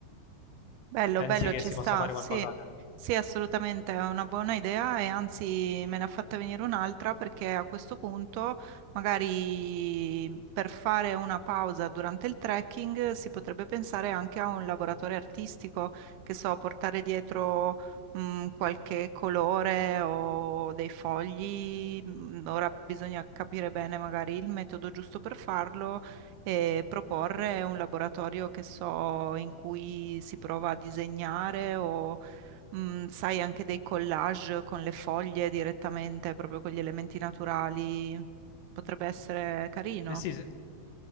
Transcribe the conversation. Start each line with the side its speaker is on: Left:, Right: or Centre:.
Right: Bello,
Left: Pensi
Right: bello,
Left: che
Right: ci
Left: si
Right: sta,
Left: possa fare
Right: sì,
Left: qualcosa?
Right: sì, assolutamente, è una buona idea e anzi me ne ha fatta venire un'altra perché a questo punto magari per fare una pausa durante il trekking si potrebbe pensare anche a un laboratorio artistico, che so, portare dietro mh, qualche colore o dei fogli, mh, ora bisogna capire bene magari il metodo giusto per farlo e proporre un laboratorio che so in cui si prova a disegnare o mh, sai anche dei collage con le foglie direttamente, proprio con gli elementi naturali. Potrebbe essere carino.
Left: Eh sì, se-